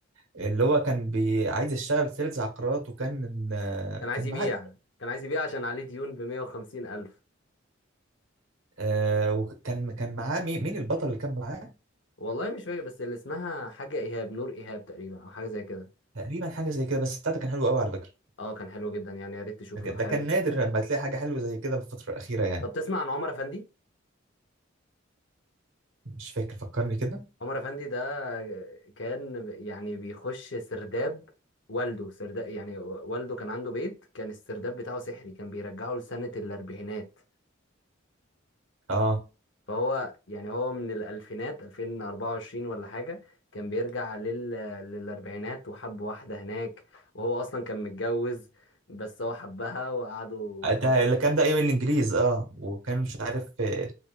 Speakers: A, on the right; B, on the left.
A: اللي هو كان بي عايز يشتغل سيلز عقارات وكان آه،
B: كان عايز
A: كان
B: يبيع
A: معاه
B: كان عايز يبيع عشان عليه ديون ب 150 ألف
A: آه، وكان كان معاه مين مين البطل اللي كان معاه
B: والله مش فاكر بس اللي اسمها حاجة إيهاب نور إيهاب تقريبا أو حاجة زي كده
A: تقريبا حاجه زي كده بس بتاعته كان حلو قوي على فكره
B: اه كان حلو جدا يعني يا ريت تشوفه
A: ده كان
B: لو
A: ده
B: حابب
A: كان نادر لما تلاقي حاجة حلوة زي كده في الفترة الأخيرة يعني
B: طب تسمع عن عمر أفندي
A: مش فاكر فكرني كده
B: عمر افندي ده كان يعني بيخش سرداب والده سرداب يعني والده كان عنده بيت كان السرداب بتاعه سحري كان بيرجعه لسنة الأربعينات
A: اه
B: فهو يعني هو من الألفينات 2024 ولا حاجة كان بيرجع لل... للأربعينات وحب واحدة هناك وهو أصلا كان متجوز بس هو حبها وقعدوا
A: ده
B: فترة
A: اللي كان ده أيام الإنجليز اه وكان مش عارف آه،